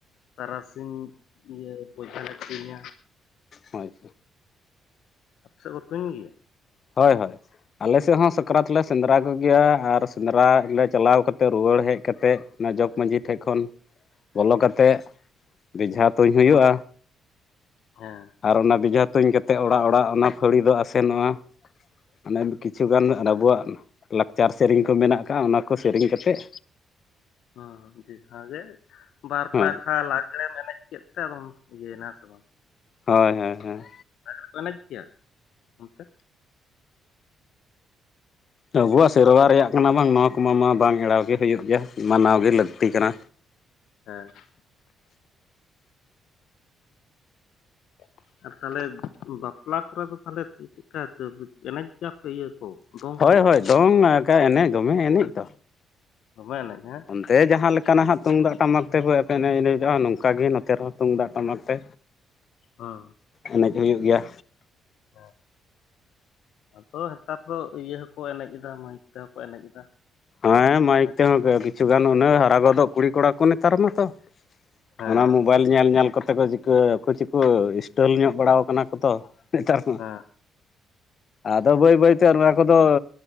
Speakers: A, on the left (about 75°); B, on the left (about 50°).
A: ᱛᱟᱨᱟ ᱥᱤᱧ ᱤᱭᱟᱹ ᱵᱚᱡᱷᱟ ᱞᱮ ᱛᱩᱧᱼᱟ
B: ᱦᱳᱭ
A: ᱟᱯᱮ ᱥᱮᱫ ᱠᱚ ᱛᱩᱧ ᱜᱮ ᱭᱟ
B: ᱦᱳᱭ ᱦᱳᱭ ᱟᱞᱮ ᱥᱮᱫ ᱦᱚᱸ ᱥᱟᱠᱨᱟᱛ ᱞᱮ ᱥᱮᱸᱫᱽᱨᱟ ᱠᱚᱜᱮ ᱭᱟ ᱟᱨ ᱥᱮᱸᱫᱽᱨᱟ ᱞᱮ ᱪᱟᱞᱟᱣ ᱠᱟᱛᱮᱫ ᱨᱩᱣᱟᱹᱲ ᱦᱮᱡ ᱠᱟᱛᱮᱫ ᱚᱱᱟ ᱡᱚᱜᱽ ᱢᱟᱺᱡᱷᱤ ᱴᱷᱮᱡ ᱠᱷᱚᱱ ᱵᱚᱞᱚ ᱠᱟᱛᱮᱫ ᱵᱚᱡᱷᱟ ᱛᱩᱧ ᱦᱩᱭᱳᱜᱼᱟ
A: ᱦᱮᱸ ᱦᱮᱸ
B: ᱟᱨ ᱚᱱᱟ ᱵᱚᱡᱷᱟ ᱛᱩᱧ ᱠᱟᱛᱮᱫ ᱚᱲᱟᱜ ᱚᱲᱟᱜ ᱚᱱᱟ ᱯᱷᱟᱹᱲᱤ ᱫᱚ ᱟᱥᱮ ᱱᱚᱜᱼᱟ ᱟᱱᱮ ᱠᱤᱪᱷᱩ ᱜᱟᱱ ᱟᱵᱚᱣᱟᱜ ᱞᱟᱠᱪᱟᱨ ᱥᱮᱨᱮᱧ ᱠᱚ ᱢᱮᱱᱟᱜ ᱟᱠᱟᱫᱼᱟ ᱚᱱᱟ ᱠᱚ ᱥᱮᱨᱮᱧ ᱠᱟᱛᱮᱫ
A: ᱦᱚᱸ ᱦᱚᱸ ᱡᱮ ᱵᱷᱟᱵᱮ ᱵᱟᱨᱯᱮ
B: ᱦᱳᱭ
A: ᱟᱠᱷᱲᱟ <unintelligible> ᱠᱮᱫ <unintelligible> ᱤᱭᱟᱹᱭ ᱱᱟ ᱥᱮ ᱵᱟᱝ
B: ᱦᱮᱸ ᱦᱮᱸ ᱦᱮᱸ
A: <unintelligible> ᱮᱱᱮᱡ ᱜᱮᱭᱟ ᱚᱱ ᱛᱮ
B: ᱟᱵᱚᱣᱟᱜ ᱥᱮᱨᱣᱟ ᱨᱮᱭᱟᱜ ᱠᱟᱱᱟ ᱵᱟᱝ ᱱᱚᱣᱟ ᱠᱚᱢᱟ ᱢᱟ ᱵᱟᱝ ᱮᱲᱟᱣ ᱜᱮ ᱦᱩᱭᱩᱜ ᱜᱮᱭᱟ ᱢᱟᱱᱟᱣ ᱜᱮ ᱞᱟᱹᱠᱛᱤ ᱠᱟᱱᱟ
A: ᱦᱮᱸ <unintelligible> ᱟᱨ ᱛᱟᱦᱞᱮ ᱵᱟᱯᱞᱟ ᱠᱚᱨᱮ ᱫᱚ ᱛᱟᱦᱞᱮ ᱪᱮᱫ ᱠᱟ ᱮᱱᱮᱡ ᱜᱮᱭᱟ ᱯᱮ ᱤᱭᱟᱹ ᱠᱚ ᱫᱚᱝ
B: ᱦᱚᱭ
A: ᱠᱚ
B: ᱦᱚᱭ ᱫᱚᱝ ᱮᱱᱮᱡ ᱫᱚ ᱢᱮ ᱮᱱᱮᱡ ᱫᱚ
A: ᱫᱚᱢᱮ ᱮᱱᱮᱡ ᱦᱮᱸ
B: <unintelligible> ᱡᱟᱦᱟᱸ ᱞᱮᱠᱟᱱᱟᱜ ᱦᱟᱜ ᱛᱩᱢᱫᱟᱜ ᱴᱟᱢᱟᱠ ᱛᱮᱵᱚ <unintelligible> ᱮᱱᱮᱡ ᱚᱜᱼᱟ ᱱᱚᱝ ᱠᱟ ᱜᱮ ᱱᱚᱛᱮ ᱨᱮᱦᱚᱸ ᱛᱩᱢᱫᱟᱜ ᱴᱟᱢᱟᱠ ᱛᱮ
A: <inaudible> ᱦᱮᱸ
B: ᱮᱱᱮᱡ ᱦᱩᱭᱩᱜ ᱜᱮᱭᱟ
A: ᱦᱮᱸ ᱟᱫᱚ ᱱᱮᱛᱟᱨ ᱫᱚ ᱤᱭᱟᱹ ᱦᱚᱸ ᱠᱚ ᱮᱱᱮᱡ ᱮᱫᱟ <unintelligible> ᱦᱚᱸ ᱠᱚ ᱮᱱᱮᱡ ᱮᱫᱟ
B: ᱦᱮᱸ ᱢᱟᱭᱤᱠ
A: ᱦᱳᱭ
B: ᱛᱮ ᱦᱚᱸ ᱟᱹᱰᱤ ᱠᱤᱪᱷᱩ ᱜᱟᱱ ᱩᱱᱟᱹᱜ ᱦᱟᱨᱟ ᱜᱚᱫᱚᱜ ᱠᱩᱲᱤ ᱠᱚᱲᱟ ᱠᱚ ᱱᱮᱛᱟᱨ ᱢᱟ ᱛᱚ
A: ᱦᱮᱸ
B: ᱚᱱᱟ ᱢᱳᱵᱟᱭᱤᱞ ᱧᱮᱞ ᱧᱮᱞ ᱠᱚᱛᱮ ᱠᱚ ᱪᱤᱠᱟᱹ ᱠᱚ ᱪᱤᱠᱚ ᱥᱴᱚᱞ ᱧᱚᱜ ᱵᱟᱲᱟᱣ ᱠᱟᱱᱟ ᱠᱚ ᱛᱚ <unintelligible>
A: ᱦᱮᱸ
B: ᱟᱫᱚ ᱵᱟᱹᱭ ᱵᱟᱹᱭ ᱛᱮ ᱚᱱᱟ ᱠᱚ ᱫᱚ